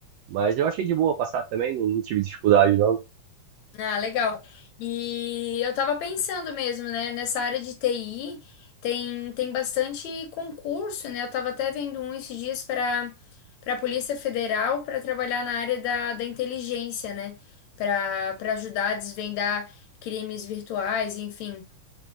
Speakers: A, on the right; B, on the left.
A: Mas eu achei de boa passar também, não, não tive dificuldade, não.
B: Ah, legal. E eu tava pensando mesmo, né? Nessa área de TI tem, tem bastante concurso, né? Eu tava até vendo um esses dias para para a Polícia Federal para trabalhar na área da, da inteligência, né? Para para ajudar a desvendar crimes virtuais, enfim.